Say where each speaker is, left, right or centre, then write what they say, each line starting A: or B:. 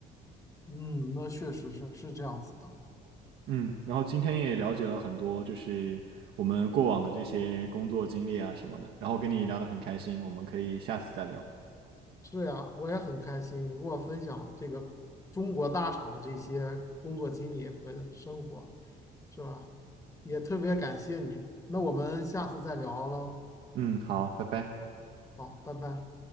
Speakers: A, on the left; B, on the right.
A: 嗯，那确实是是这样子的。
B: 嗯，然后今天也了解了很多，就是我们过往的这些工作经历啊什么的，然后跟你聊得很开心，我们可以下次再聊。
A: 是呀，我也很开心你给我分享这个中国大厂的这些工作经历和生活，是吧？也特别感谢你。那我们下次再聊喽。
B: 嗯，好，拜拜。
A: 好，拜拜。